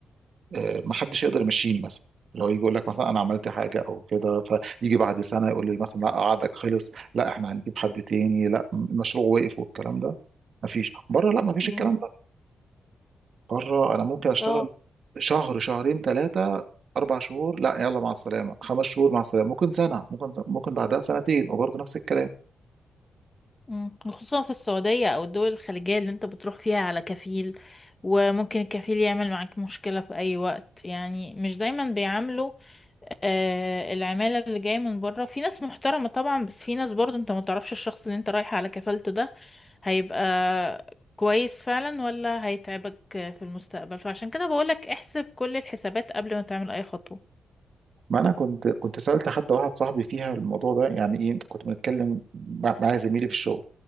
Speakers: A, on the right; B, on the left.
A: آه، ما حدش يقدر يمشيني مثلا اللي هو يجي يقول لك مثلا انا عملت حاجه او كده فيجي بعد سنه يقول لي مثلا لا عقدك خلص لا احنا هنجيب حد تاني لا المشروع وقف والكلام ده ما فيش بره لا ما فيش
B: مم.
A: الكلام ده بره انا ممكن اشتغل
B: اه
A: شهر شهرين ثلاثه اربع شهور لا يلا مع السلامه خمس شهور مع السلامه ممكن سنه ممكن ممكن بعدها سنتين وبرضه نفس الكلام
B: مم. خصوصا في السعودية أو الدول الخليجية اللي أنت بتروح فيها على كفيل وممكن الكفيل يعمل معاك مشكلة في أي وقت يعني مش دايما بيعاملوا آه العمالة اللي جاية من بره في ناس محترمة طبعا بس في ناس برضو أنت ما تعرفش الشخص اللي أنت رايح على كفالته ده هيبقى كويس فعلا ولا هيتعبك في المستقبل فعشان كده بقولك احسب كل الحسابات قبل ما تعمل أي خطوة
A: ما انا كنت كنت سالت حد واحد صاحبي فيها الموضوع ده يعني ايه كنت بنتكلم مع مع زميلي في الشغل